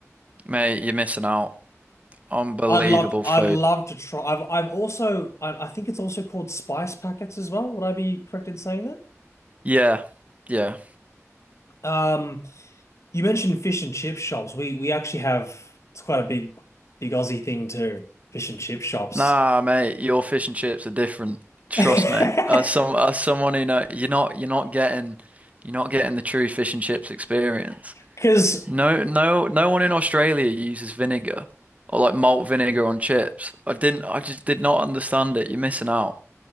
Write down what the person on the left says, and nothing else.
I'd love I'd
love to try. I've I've also I, I think it's also called spice packets as well. Would I be correct in saying that?
Um, you mentioned fish and chip shops. We we actually have it's quite a big big Aussie thing too. Fish and chip shops.
<laughs>
Because